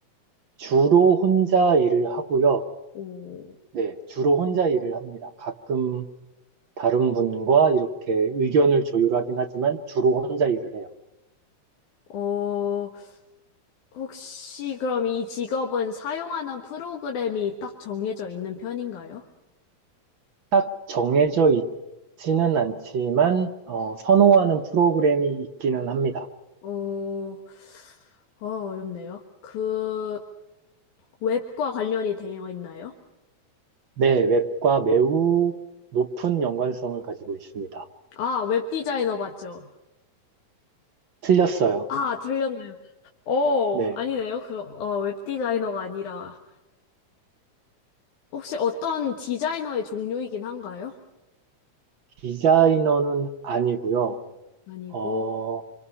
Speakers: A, on the right; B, on the left.
A: 주로 혼자 일을 하고요.
B: 오,
A: 네, 주로 혼자 일을 합니다. 가끔 다른 분과 이렇게 의견을 조율하긴 하지만 주로 혼자 일을 해요.
B: 어, 혹시 그럼 이 직업은 사용하는 프로그램이 딱 정해져 있는 편인가요?
A: 딱 정해져 있지는 않지만 어, 선호하는 프로그램이 있기는 합니다.
B: 어, 어, 어렵네요. 그, 웹과 관련이 되어 있나요?
A: 네, 웹과 매우 높은 연관성을 가지고 있습니다.
B: 아, 웹 디자이너 맞죠?
A: 틀렸어요.
B: 아, 틀렸나요? 오,
A: 네,
B: 아니네요. 그럼, 어, 웹 디자이너가 아니라, 혹시 어떤 디자이너의 종류이긴 한가요?
A: 디자이너는 아니고요.
B: 아니고,
A: 어,